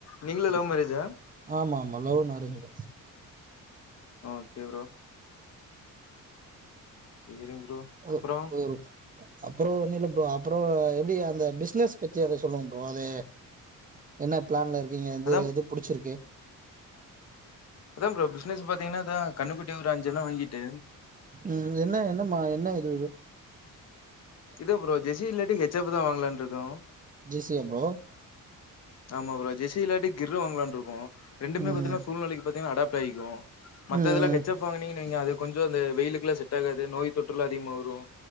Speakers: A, on the left; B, on the right.
A: நீங்களு லவ் மேரேஜா
B: ஆமா ஆமா லவ்ன் and arrange marriage
A: okay bro <unintelligible>
B: ஒ
A: அப்றோ
B: ஒரு அப்றோ ஒன்னுல்ல ப்ரோ அப்றோ எப்டி அந்த பிசினஸ் பத்தி எதா சொல்லுங்க ப்ரோ அது என்ன பிளான்ல இருக் கீங்க எந்த
A: அதா
B: எது புடிச்சிருக்கு
A: அதா ப்ரோ பிசினஸ் பாத்தீங்ன்னா அதா கன்னுக்குட்டி ஒரு அஞ்சன்ன வாங்கீட்டு
B: உம் என்ன என்னமா என்ன இது ஒரு
A: இது ப்ரோ ஜெஷி இல்லாட்டி ஹெச் ஃப் தா வாங்கலான்ட்டுருக்கோ
B: ஜேசியா ப்ரோ
A: ஆமா ப்ரோ ஜெசி இல்லாட்டி கிர்ற வாங்களான்ட் ரெண்டுமே
B: ம்
A: பாத்தீங்கன்னா சூழ்நிலை பாத் அடப்பாயிக்கும் மத்த
B: ம்
A: இதெல்லாம் ஹெச்சப்பாங்கன்னீங்க நீங்க அது கொஞ்சம் அ வெயிலுக்கெல்லாம் செட்டாகாது நோய் தொற்றெல்லாம் அதிகமாக வரும்